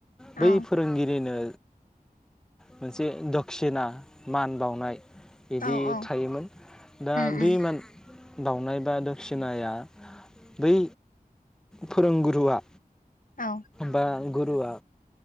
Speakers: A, on the left; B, in the centre.
A: औ
B: बै फोरोंगिरिनो मोनसे दक्षिना मान बावनाय बिदि
A: औ औ
B: थायोमोन दा
A: उम
B: बे
A: उम
B: मान बाउनाय बा दक्षिनाया बै फोरोंगुरुआ
A: औ
B: बा गुरुवा